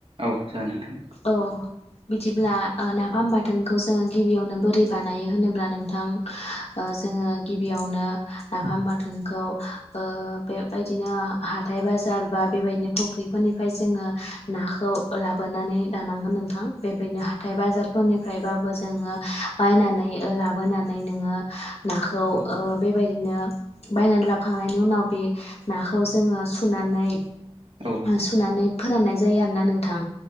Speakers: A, on the right; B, on the left.
A: औ जानो नोंथां
B: औ बिदिब्ला नाफाम बाथोनखौ जोङो गिबियावनो बोरै बानायो होनोब्ला नोंथां जोङो गिबियावनो नाफाम बाथोनखौ बेबायदिनो हाथाय बाजार बा बेबायदिनो फख्रिफोरनि जों नाखो लाबोनानै लानांगोन नोंथां बेबायनो हाथाइ बाजारफोरनिफाराय बा बो जोङो बायनानै लाबोनानै नोङो नाखौ
A: औ
B: बेबायदिनो बायनानै लाखांनायनि उनाव बे नाखौ जोङो सुनानै
A: औ
B: सुनानै फोराननाय जायो आरोना नोंथां